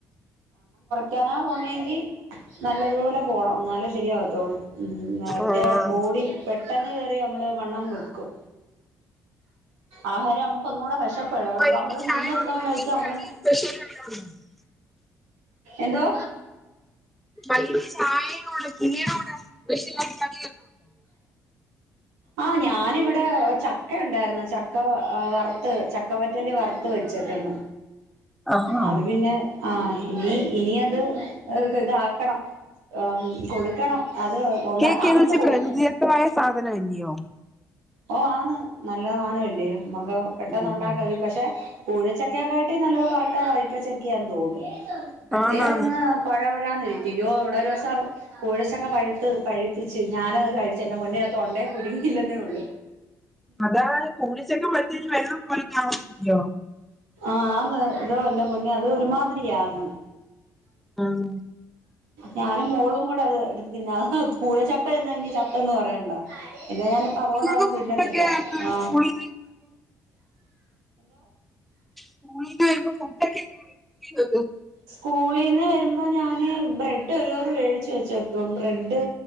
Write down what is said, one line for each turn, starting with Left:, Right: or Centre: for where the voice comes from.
Right: കന പോന്നെങ്കിൽ നല്ലതുപോലെ പോണം നല്ല ശരിയാകത്തോുള്ളൂ ഉറ്റേ
Centre: ആഹ്
Right: ബോഡി പെട്ടെന്ന് കേയറി നമ്മള് വണ്ണം വെക്കും ആഹാരം നമ്മുക്ക ഒന്ന കൂടെ വിശ
Centre: വൈകിട്ട്
Right: നമ്മള്
Centre: ചായയോട്
Right: ചന്ന് നിർത്ത കൊണ്ടായിരിക്കും
Centre: പ്രത്യേകിച്ച്
Right: നമ്മള
Centre: കടി സ്പെഷ്യൽ വല്ലോം ഉണ്ടോ
Right: എന്തോ
Centre: പ ചായനോട് പനോട
Right: ആ ഞാന ഇവിടെ ഇടെ ചക്ക ഉണ്ടായിരുന്നു ചക്ക വറുത്ത് ചക്കവറ്റലി വറുത്ത് വെച്ചിട്ടന്ന്
Centre: ആഹ്
Right: അത് പിന്നെ ആ ഇനി ഇന അത് ഇത ആക്കണം ഹ് കൊടുക്കണം അത് ഒന്നാ
Centre: ച്ച്
Right: തണുത്തു പോകും
Centre: പ്രകൃതിദത്തമായ സാധനമല്ലയോ
Right: ഓ ആന്ന് നല്ലതനോ ഇല്ലേോ നമുക്ക് പെട്ടന്ന്
Centre: ഉം
Right: ഉണ്ടാക്ക പക്ഷെ കുഴച്ചക്കയൊക്കെ ആട്ട് നല്ലത് വറക്കാൻ വഴക്കച്ചക്കന്ന് തോന്നുന്നു മറ്റേതങ്
Centre: ആന്നാന്ന്
Right: കുഴ കുഴാന്ന അയ്യോ ഇവിടെ ഒരു ദിവസം കുഴചക്ക പഴുത്ത് പഴിപ്പിച്ച് ഞാനത് കഴിച്ച് എൻ്റെ പെന്ഉണ്ടേ മുരുങ്ങ ഇല തന്നെ ഉള്ളൂ
Centre: അതാ കൂടിച്ചൊക്കെ പറ്റഞ് വെള്ളം കുറങ്ങയോ
Right: ആഹന്ന് ഇതോ എൻന്റെ പുന്നേ അത് ഒരുമാതിരിയാന്ന്
Centre: ആഹ
Right: ഞാനും മോളും കൂടെ അത് എടുത്ത തിന്ന അ പൂഴച്ചക്ക ഇന്ന് ഇനി ചക്കന്ന് പറയണ്ടോ പിന്നെ ഞാനിപ്പ
Centre: കുട്ടികൾക്ക്
Right: അതുകൊണ്ട് അതങ്ങ് തിന്നത്തില്ല
Centre: ഫുഡൊക്കെ
Right: ആഹ
Centre: സ്കൂളിൽ പൂണ എോ ഫോട്ടാ കേലത്ത
Right: സ്കൂളിൽ നിന്ന് വരുമ്പോൾ ഞാൻ ബ്രെഡ് ഒരു കവർ മേടിച്ച് വെച്ചേക്ക ബ്രെഡ്